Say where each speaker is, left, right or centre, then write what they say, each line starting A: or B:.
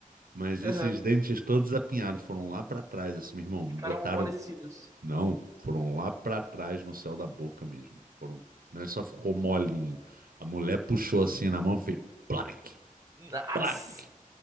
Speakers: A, on the right; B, on the right.
A: mas
B: aham.
A: esses dentes todos apinhados, foram lá pra trás, assim, meu irmão, botaram
B: Ficaram amolecidos.
A: Não, foram lá para trás no céu da boca mesmo. Foram, não é só ficou molinho. A mulher puxou assim na mão e fez plaque,
B: Nossa!
A: plaque,